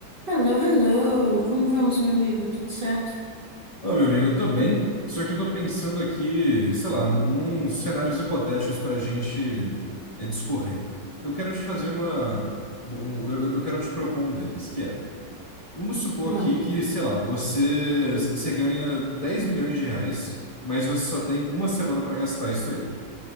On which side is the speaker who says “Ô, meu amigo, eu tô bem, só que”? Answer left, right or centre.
Left